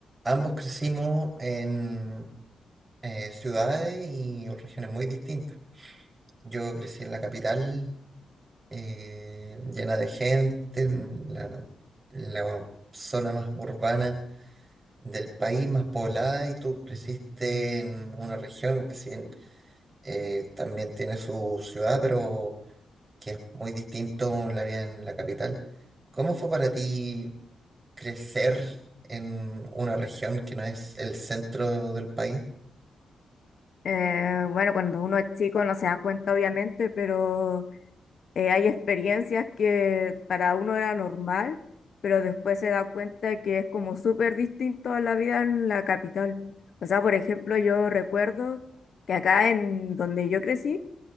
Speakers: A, on the right; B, on the left.
A: Ambos crecimos en eh, ciudades y regiones muy distintas. Yo crecí en la capital, eh, llena de gente, en la, la zona más urbana del país, más poblada, y tú creciste en una región que si bien, eh, también tiene su ciudad, pero que es muy distinto la vida en la capital. ¿Cómo fue para ti crecer en una región que no es el centro del país?
B: Eh, bueno, cuando uno es chico no se da cuenta, obviamente, pero eh, hay experiencias que para uno era normal, pero después se da cuenta que es como súper distinto a la vida en la capital. O sea, por ejemplo, yo recuerdo que acá en donde yo crecí